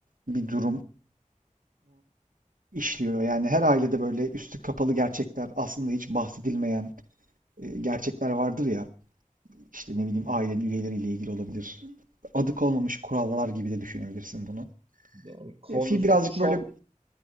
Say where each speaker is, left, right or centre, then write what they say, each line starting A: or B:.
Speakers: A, on the right; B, on the right.
A: bir durumu işliyor. Yani her ailede böyle üstü kapalı gerçekler, aslında hiç bahsedilmeyen e, gerçekler vardır ya. İşte ne bileyim aile üyeleriyle ilgili olabilir. Adı konmamış kurallar gibi de düşünebilirsin bunu.
B: Yani konusu
A: E, Fi birazcık
B: çok
A: böyle